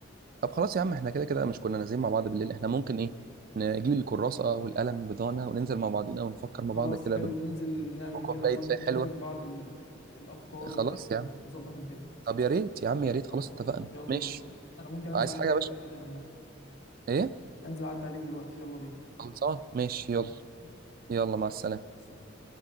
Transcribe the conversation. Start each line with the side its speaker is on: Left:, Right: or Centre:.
Right: طب خلاص يا عم احنا كده كده مش كنا نازلين مع بعض بالليل احنا ممكن ايه نجيب الكراسة والقلم بتاعنا وننزل مع بعضينا ونفكر مع
Left: خلاص
Right: بعض كده
Left: حلو
Right: بهدوء
Left: ننزل نعمل
Right: وكوباية
Left: كده كل
Right: شاي
Left: نشارك
Right: حلوة
Left: بعض ال... الافكار
Right: خلاص
Left: وبتاع ونظبط
Right: يا عم
Left: الدنيا
Right: طب يا ريت يا عم يا ريت خلاص
Left: خلصان
Right: اتفقنا
Left: يلا
Right: ماشي
Left: بينا انا انا ممكن انزل
Right: عايز
Left: اعدي
Right: حاجة يا
Left: عليك
Right: باشا
Left: دلوقتي عامة
Right: ايه
Left: انزل اعدي عليك دلوقتي يلا بينا
Right: خلصان ماشي
Left: ماشي
Right: يلا
Left: يلا
Right: يلا مع السلامة
Left: سلام